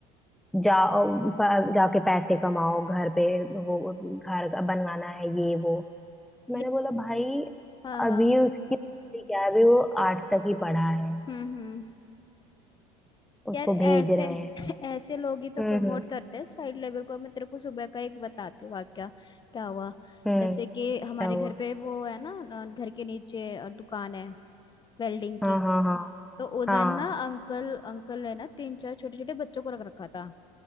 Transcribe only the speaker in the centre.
जाओ प- जाके पैसे कमाओ घर पे वो घर बनवाना है ये वो मैंने
बोला भाई
अभी उसकी उम्र क्या है अभी वो आठ तक ही पढ़ा है
उसको
भेज रहे हैं
हम्म
हम्म
हम्म
क्या
हुआ
हाँ
हाँ हाँ
हाँ